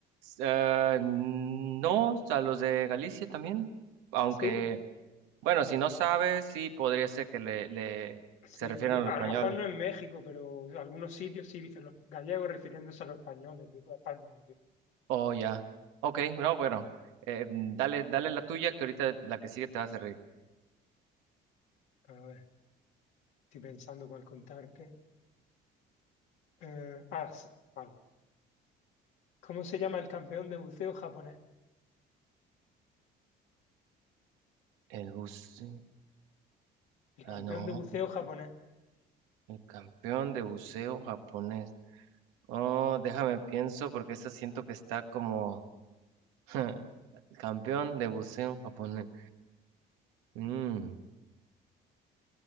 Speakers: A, on the right; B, on the left.
A: ah, no, a los de Galicia también, aunque,
B: Sí,
A: bueno, si no sabes, sí podría ser que le, le
B: sí,
A: se refieran
B: pues yo-
A: a los
B: a
A: españoles.
B: lo mejor no en México, pero en algunos sitios sí dicen los gallegos refiriéndose a los españoles de toda España. me refiero.
A: Oh, ya. Ok, no, bueno, eh, dale, dale la tuya, que ahorita la que sigue te vas a reír.
B: A ver, estoy pensando cuál contarte. Eh, ah, sí, vale. ¿Cómo se llama el campeón de buceo japonés?
A: El bus.
B: El campeón
A: Ah, no,
B: de buceo japonés.
A: el campeón de buceo japonés. Oh, déjame pienso porque esta siento que está como <laughs> campeón de buceo japonés. Mm,